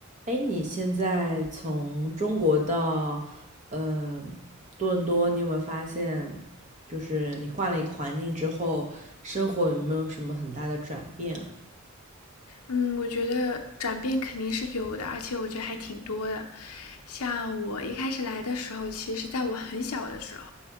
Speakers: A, on the right; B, on the left.
A: 哎，你现在从中国到呃多伦多，你有没有发现，就是你换了一个环境之后，生活有没有什么很大的转变啊？
B: 嗯，我觉得转变肯定是有的，而且我觉得还挺多的。像我一开始来的时候，其实在我很小的时候，